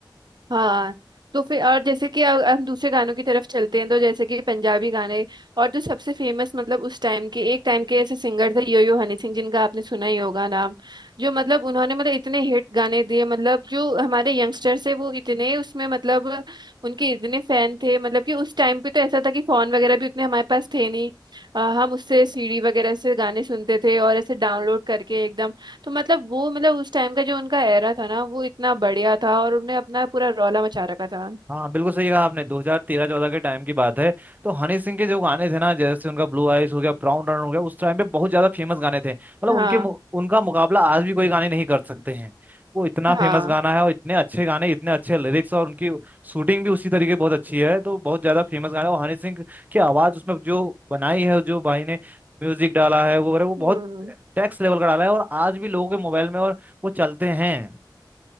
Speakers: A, on the right (about 65°); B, on the right (about 20°).
A: हाँ तो फिर और जैसे कि अ- हम दूसरे गानों की तरफ चलते हैं तो जैसे कि पंजाबी गाने और जो सबसे फेमस मतलब उस टाइम के एक टाइम के ऐसे सिंगर थे यो यो हनी सिंह जिनका आपने सुना ही होगा नाम जो मतलब उन्होंने मतलब इतने हिट गाने दिए मतलब जो हमारे यंगस्टर्स है वो इतने उसमें मतलब उनके इतने फैन थे मतलब कि उस टाइम पे तो ऐसा था कि फोन वगैरह भी उतने हमारे पास थे नहीं अ, हम उससे सीडी वगैरह से गाने सुनते थे और ऐसे डाउनलोड करके एकदम तो मतलब वो मतलब उस टाइम का जो उनका एरा था ना वो इतना बढ़िया था और उन्होंने अपना पूरा रौला मचा रखा था
B: हाँ बिल्कुल सही कहा आपने 2013-14 के टाइम की बात है तो हनी सिंह के जो गाने थे ना जैसे उनका ब्लू आइज हो गया ब्राउन रन हो गया उस टाइम पे बहुत ज्यादा फेमस गाने थे मतलब
A: हाँ
B: उनके मु- उनका मुकाबला आज भी कोई गाने नहीं कर सकते हैं वो इतना
A: हाँ
B: फेमस गाना है और इतने अच्छे गाने इतने अच्छे लिरिक्स और उनकी शूटिंग भी उसी तरीके बहुत अच्छी है तो बहुत ज्यादा फेमस गाना है और हनी सिंह की आवाज उसमें जो बनाई है जो भाई ने म्यूजिक डाला है वो वो बहुत
A: हम्म
B: टैक्स लेवल का डाला है और आज भी लोगों के मोबाइल में और वो चलते हैं